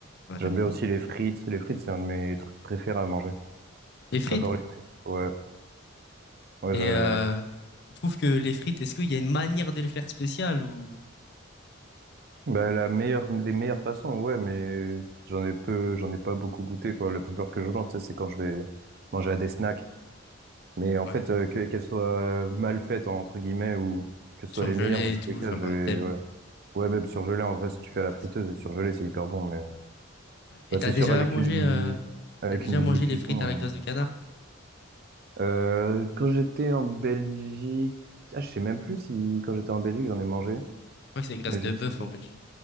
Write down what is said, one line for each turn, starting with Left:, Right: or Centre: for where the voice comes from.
Left: Ah, j'aime
Right: J'aime bien
Left: trop.
Right: aussi les frites. Les frites, c'est un de mes trucs préférés à manger.
Left: Les frites.
Right: J'adore les frites. Ouais, ouais,
Left: Et
Right: je-
Left: euh, tu trouves que les frites, est-ce qu'il y a une manière de les faire spéciales ou
Right: bah, la meilleure des meilleures façons, ouais, mais j'en ai peu, j'en ai pas beaucoup goûté quoi. La peur que je mange, tu sais, c'est quand je vais manger à des snacks. Mais en
Left: ouais,
Right: fait, euh, que- qu'elles soient mal faites entre guillemets ou que ce
Left: surgelées
Right: soit les meilleures, dans tous
Left: et tout,
Right: les cas,
Left: genre
Right: je vais,
Left: euh, t'aimes,
Right: ouais. Ouais, même surgelé, en vrai, si tu
Left: c'est
Right: fais
Left: difficile.
Right: à la friteuse et surgelé, c'est hyper bon. Mais
Left: Ouais. Et
Right: bah,
Left: t'as
Right: c'est
Left: déjà
Right: sûr, avec
Left: mangé,
Right: une,
Left: euh,
Right: avec
Left: t'as déjà
Right: une double
Left: mangé
Right: cuisson.
Left: les frites à la graisse de canard?
Right: euh. Euh, quand j'étais en Belgique, ah, je sais même plus si quand j'étais en Belgique, j'en ai mangé,
Left: Je crois que c'est graisse
Right: mais
Left: de
Right: je
Left: bœuf
Right: sais plus.
Left: en Belgique.